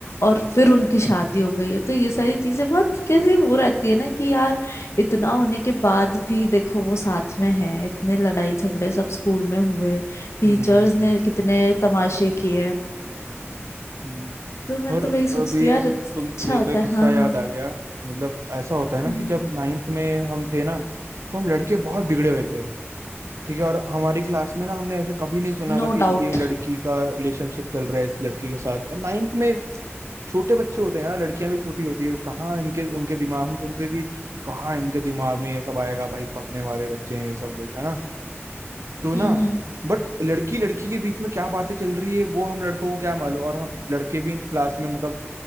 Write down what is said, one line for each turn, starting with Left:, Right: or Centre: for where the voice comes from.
Left: और फिर उनकी शादी हो गई है तो ये सारी चीजें बहुत कैसी वो रहती है ना कि यार इतना होने के बाद भी देखो वो साथ में है इतने लड़ाई झगड़े सब स्कूल में हुए टीचर्स
Right: हम्म,
Left: ने कितने तमाशे किए
Right: हम्म।
Left: तो मैं
Right: और
Left: तो वही सोचती
Right: अभी
Left: हूँ यार अच्छा
Right: तुम मेरे
Left: होता
Right: को एक
Left: है
Right: किस्सा
Left: हाँ
Right: याद
Left: हाँ
Right: आ गया मतलब ऐसा होता है ना
Left: हम्म
Right: कि जब नाइन्थ में हम थे ना तो हम लड़के बहुत बिगड़े हुए थे ठीक है और हमारी क्लास में ना हमने ऐसा कभी नहीं सुना
Left: No
Right: था कि
Left: doubt
Right: ये लड़की का रिलेशनशिप चल रहा है इस लड़के के साथ और नाइन्थ में छोटे बच्चे होते हैं यार लड़कियां भी छोटी होती है वो कहाँ इनके उनके दिमाग हम सोचते थे कि कहाँ इनके दिमाग में ये सब आएगा भाई पढ़ने वाले बच्चे हैं ये सब लोग है ना तो ना
Left: हम्म हम्म
Right: बट लड़की लड़की के बीच में क्या बातें चल रही है वो हम लड़कों को क्या मालूम और हम लड़के भी क्लास में मतलब